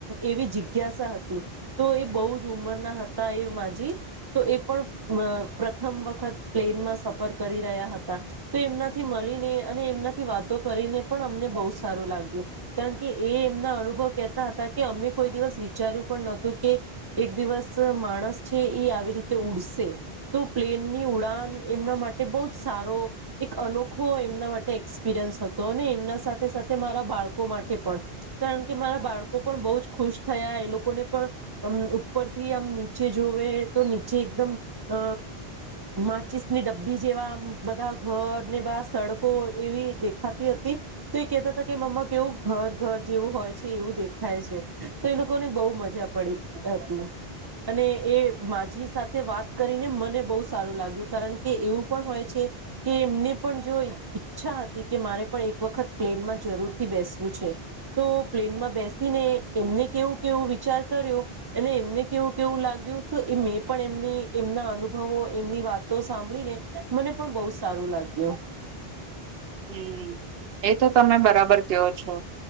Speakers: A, on the right; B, on the right.
A: એવી જિજ્ઞાસા હતી. તો એ બવજ ઉંમરના હતા એ માજી, તો એ પણ અમ પ્રથમ વખત પ્લેનમાં સફર કરી રહ્યા હતા. તો એમનાથી મળીને અને એમનાથી વાતો કરીને પણ અમને બવ સારું લાગ્યું, કારણ કે એ એમના અનુભવ કેતા હતા, કે અમે કોઈ દિવસ વિચાર્યું પણ નોતું કે એક દિવસ માણસ છે એ આવી રીતે ઉડસે, તો પ્લેન એની ઉડાન, એમના માટે બહુ જ સારો, એક અનોખો એમના માટે એક્સપિરિયન્સ હતો. ને એમના સાથે સાથે મારા બાળકો માટે પણ, કારણ કે મારા બાળકો પણ બહુ જ ખુશ થયા, એ લોકોને પણ ઉપરથી આમ નીચે જોવે, તો નીચે એકદમ અ માચીસની ડબ્બી જેવા બધા ઘર ને બાર સડકો એવી દેખાતી હતી. તો એક કેતા હતા કે, મમ્મા, કેવું ઘર ઘર જેવું હોય છે એવું દેખાય છે, તો એ લોકોને બહુ મજા પડી. એતલે અને એ માજી સાથે વાત કરીને મને બહુ સારું લાગ્યું, કારણ કે એવું પણ હોય છે કે એમને પણ જો એ ઈચ્છા હતી કે મારે પણ એક વખત પ્લેનમાં જરૂરથી બેસવું છે, તો પ્લેનમાં બેસીને એમને કેવુ કેવુ વિચાર કર્યો અને એમને કેવુ કેવુ લાગ્યુ તો મેં પણ એમને એમના અનુ ભવો એમની વાતો સાંભળીને, મને પણ બહુ સારું લાગ્યું.
B: હ, એ તો તમે બરાબર કયો છો.